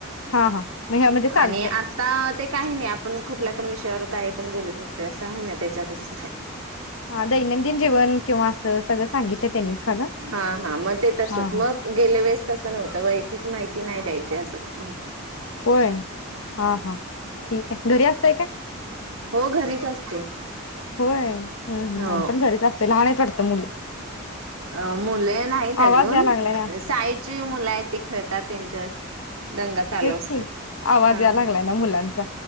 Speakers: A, on the left; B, on the right.
A: हा हा मग ह्यामध्ये चालतंय
B: आणि आता ते काही नाही आपण कुठल्या आपण विषयावर काही पण बोलू शकतो असं आहे ना त्याच्यातच
A: हा दैनंदिन जीवन किंवा असं सगळं सांगितलं त्यांनी खरं
B: हा हा मग ते तसच
A: हा हा
B: मग गेल्या वेळेस तस नव्हतं वयक्तीत माहिती नाही द्यायची असं हो
A: होय हा हा ठीक आहे घरी् अस काय
B: हो घरीच अस
A: होय हम् हम्म
B: हो
A: आम्ही पण घरीच असतोय, लहान आहेत वाटतं मुलं
B: अ मुलं नाहीत अजून
A: आवाज या लागलाय ना
B: साईडची मुलं आहेत ती खेळतात त्यांच्या दंगा चालू
A: तेच
B: असतोय
A: की आवाज
B: हा
A: या लागलाय
B: ह
A: ना मुलांचा